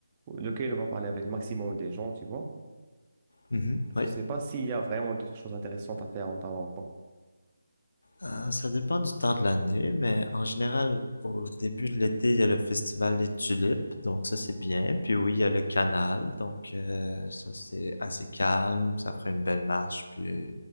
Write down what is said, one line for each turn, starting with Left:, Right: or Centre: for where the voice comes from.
Right: lequel on va parler avec le maximum des gens, tu vois.
Left: Mhm.
Right: Je
Left: Oui.
Right: sais pas s'il y a vraiment d'autres choses intéressantes à faire à Ottawa ou pas.
Left: Euh, ça dépend du temps de l'année, mais en général, au début de l'été, il y a le festival des tulipes, donc ça c'est bien. Puis oui, il y a le canal, donc euh, ça c'est assez calme, ça ferait une belle marche, puis